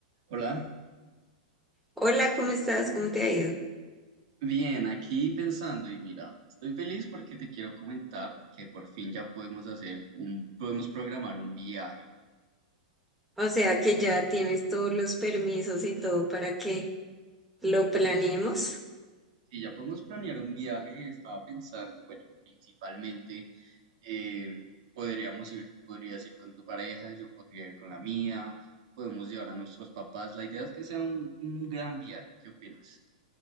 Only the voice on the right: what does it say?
Hola,
bien, aquí pensando y mira, estoy feliz porque te quiero comentar que por fin ya podemos hacer un, podemos programar un viaje.
Si ya podemos planear un viaje, estaba pensando, bueno, principalmente eh, podríamos ir, tú podrías ir con tu pareja, yo podría ir con la mía, podemos llevar a nuestros papás. La idea es que sea un, un gran viaje, ¿qué opinas?